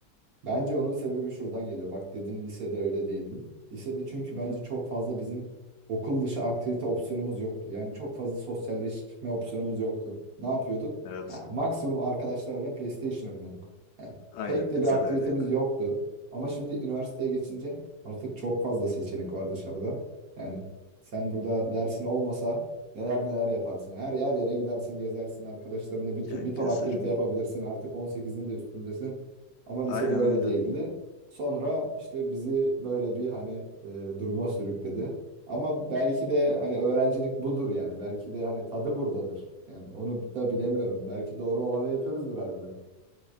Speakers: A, on the right (about 55°); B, on the left (about 70°).
A: Bence onun sebebi şuradan geliyor. Bak dedin lisede öyle değildim. Lisede çünkü
B: Hı
A: bence
B: hı.
A: çok fazla bizim okul dışı aktivite opsiyonumuz yoktu. Yani çok fazla sosyalleşme opsiyonumuz yoktu. Ne yapıyorduk?
B: Evet.
A: Ya maksimum arkadaşlarla PlayStation oynuyorduk. Yani
B: Aynen
A: pek
B: pizza
A: de bir aktivitemiz
B: da öyleydi.
A: yoktu. Ama şimdi üniversiteye geçince artık çok fazla seçenek var dışarıda. Yani sen burada dersin olmasa neler neler yaparsın. Her yer yere gidersin, gezersin arkadaşlarınla bir,
B: Ya
A: t- bir
B: keserim.
A: ton aktivite yapabilirsin. Artık 18'in de üstündesin. Ama lisede
B: Aynen
A: öyle
B: öyle.
A: değildi. Sonra işte bizi böyle bir hani e, duruma sürükledi. Ama belki de hani öğrencilik budur yani. Belki de hani tadı buradadır. Yani onu da bilemiyorum. Belki doğru olanı yapıyoruzdur harbiden.